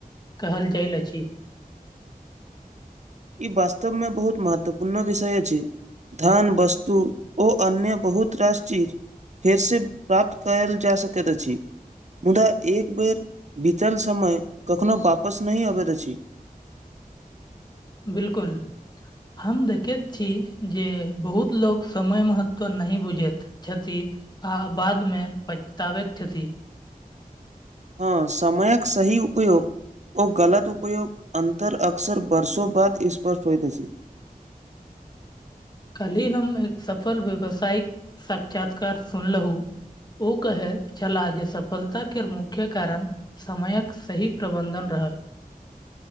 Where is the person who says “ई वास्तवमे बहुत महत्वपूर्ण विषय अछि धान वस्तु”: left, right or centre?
Right